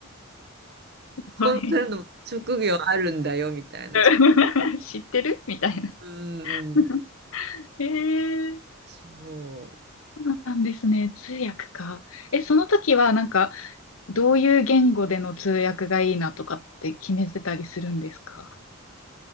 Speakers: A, on the left (about 80°); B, on the right (about 50°).
A: はい
B: こんなの職業あるんだよみたいな。
A: <laughs> 知ってるみたいな。
B: うんうん。
A: <laughs> ええ
B: そう。
A: そうなんですね。通訳か。え、その時はなんか、どういう言語での通訳がいいなとかって決めてたりするんですか